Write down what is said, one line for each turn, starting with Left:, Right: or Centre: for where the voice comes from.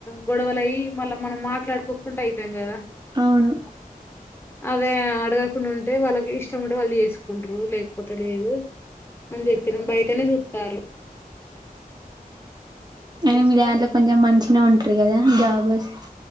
Left: గొడవలు అయ్యి మళ్ళా మనం మాట్లాడుకోకుంంటడా అయితది కదా
Right: అవును
Left: అదే అడగకుండా ఉంటే వాళ్ళకి ఇష్టం ఉంటే వాళ్ళు చేసుకుంటరు లేకపోతే లేదు అని చెప్పిన బయటనే చూస్తారు
Right: కానీ
Left: వస్తాను
Right: మీరు దాంట్లో కొంచెం మంచిగా ఉంటారు కదా జాబస్